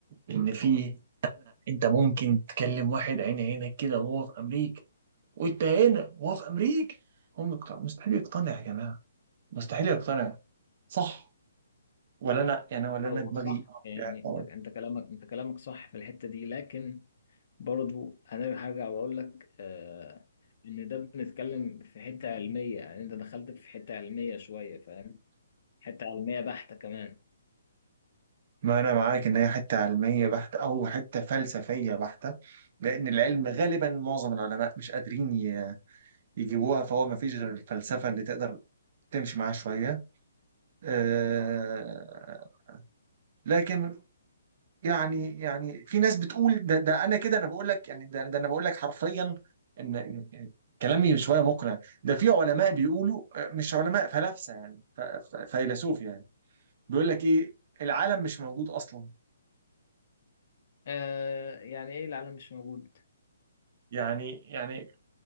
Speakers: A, on the right; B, on the left.
A: ان في انت ممكن تكلم واحد عين عينك كده وهو في امريكا وانت هنا وهو في امريكا هم يقتنعوا- مستحيل يقتنع يا جماعة مستحيل يقتنع صح ولا انا يعني ولا
B: هو
A: انا دماغي
B: صح يعني
A: يعني
B: انت
A: طبعا
B: انت كلامك انت كلامك صح في الحته دي لكن برضه انا هرجع واقول لك آه، ان ده بنتكلم في حته علميه يعني انت دخلت في حته علميه شويه فاهم حته علميه بحته كمان
A: ما انا معاك ان هي حته علميه بحته او حته فلسفيه بحته لان العلم غالبا معظم العلماء مش قادرين ي- يجيبوها فهو ما فيش غير الفلسفه اللي تقدر تمشي معاها شويه أه لكن يعني يعني في ناس بتقول ده, ده انا كده انا بقول لك يعني ده, ده انا بقول لك حرفيا ان إن كلامي شويه مقنع ده في علماء بيقولوا آه، مش علماء فلاسفه يعني ف- ف- فيلسوف يعني بيقول لك ايه العالم مش موجود اصلا
B: آه يعني ايه العالم مش موجود
A: يعني يعني